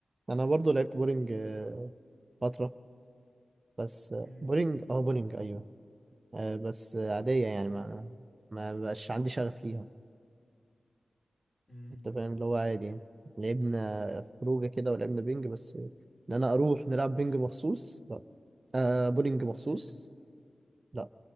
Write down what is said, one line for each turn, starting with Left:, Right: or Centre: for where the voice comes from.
Right: أنا برضو لعبت بولينج آه، فترة بس آه،
Left: امم
Right: بولينج اه بولينج أيوه آه بس آه، عادية يعني ما ما بقاش عندي شغف ليها
Left: امم
Right: انت فاهم اللي هو عادي يعني لعبنا خروجه كده ولعبنا بينج بس ان انا اروح نلعب بينج مخصوص لا آه بولينج مخصوص
Left: امم
Right: لا